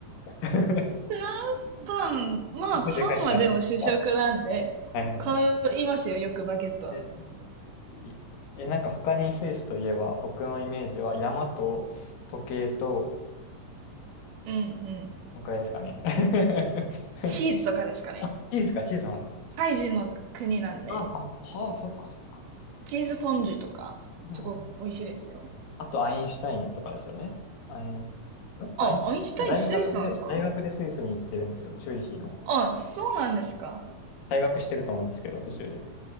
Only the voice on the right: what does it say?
フランスパン、まあパンはでも主食なんで、
買いますよ、よくバゲット。
うんうん。
チーズとかですかね。
ハイジの国なんで、
チーズフォンデュとか、すごく美味しいですよ。
あ、
アインシュタインってスイスなんですか
あ、そうなんですか。